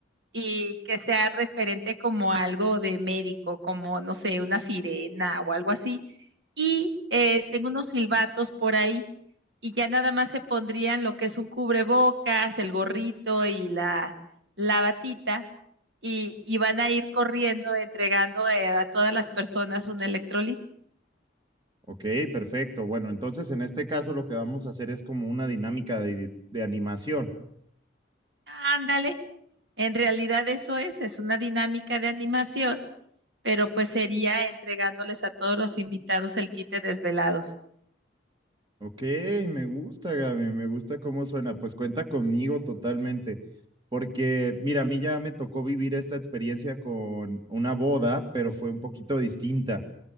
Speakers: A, on the right; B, on the right.
A: y que sea referente como algo de médico, como, no sé, una sirena o algo así. Y eh, tengo unos silbatos por ahí y ya nada más se pondrían lo que es un cubrebocas, el gorrito y la, la batita y, y van a ir corriendo entregando eh, a todas las personas un electrolito.
B: Ok, perfecto. Bueno, entonces en este caso lo que vamos a hacer es como una dinámica de, de animación.
A: Ándale, en realidad eso es, es una dinámica de animación, pero pues sería entregándoles a todos los invitados el kit de desvelados.
B: Ok, me gusta, Gaby, me gusta cómo suena. Pues cuenta conmigo totalmente, porque mira, a mí ya me tocó vivir esta experiencia con una boda, pero fue un poquito distinta,